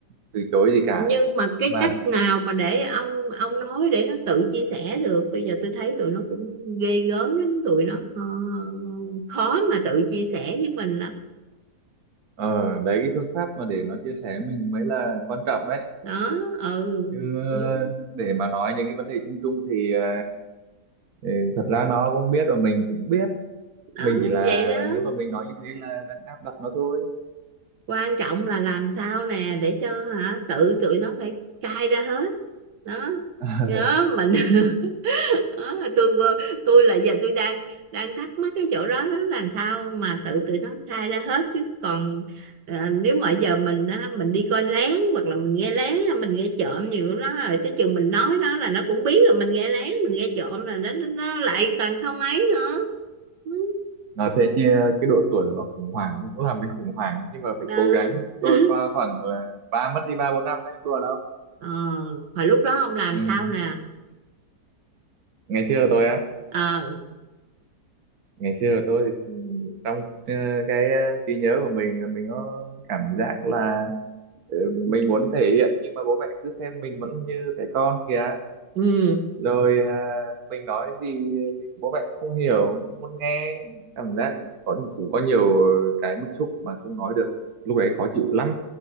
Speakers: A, on the right (about 65°); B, on the right (about 85°).
A: từ chối gì cả.
B: nhưng mà cái
A: Nhưng
B: cách
A: mà
B: nào mà để ông ông nói để nó tự chia sẻ được bây giờ tôi thấy tụi nó cũng ghê gớm lắm tụi nó ờ, khó mà tự chia sẻ với mình lắm
A: ờ, đấy cái phương pháp mà để nó chia sẻ với mình mới là quan trọng đấy.
B: đó ừ
A: Chứ ờ,
B: ừ
A: để mà nói những cái vấn đề chung chung thì ờ, thì thật ra nó cũng biết và mình cũng biết
B: đó
A: mình chỉ là
B: vậy đó
A: nếu mà mình nói như thế là đang áp đặt nó thôi
B: quan trọng là làm sao nè để cho hả tự tụi nó phải cai ra hết đó
A: <laughs>
B: nhớ mình <laughs> Đó, tôi tôi là giờ tôi đang đang thắc mắc cái chỗ đó đó làm sao mà tự tụi nó khai ra hết chứ còn à, nếu mà giờ mình á, mình đi coi lén hoặc là mình nghe lén là mình nghe trộm nhiều của nó rồi tới chừng mình nói nó là nó cũng biết là mình nghe lén mình nghe trộm là nó nó nó lại càng không ấy nữa Ừ,
A: nói thế chứ cái độ tuổi của nó khủng hoảng cũng làm mình khủng hoảng nhưng mà phải
B: đó
A: cố gắng
B: <laughs>
A: tôi qua khoảng là ba mất đi ba bốn năm đấy đùa đâu
B: ờ hồi lúc đó ông làm
A: ừ.
B: sao nè
A: ngày xưa của tôi á
B: ờ
A: ngày xưa của tôi thì ừ, trong ờ, cái ờ, trí nhớ của mình ờ, mình có cảm giác là ừ, mình muốn thể hiện nhưng mà bố mẹ cứ xem mình vẫn như trẻ con kìa
B: ừ
A: rồi à, mình nói gì thì bố mẹ cũng không hiểu không muốn nghe cảm giác có cũng có nhiều cái bức xúc mà không nói được lúc đấy khó chịu lắm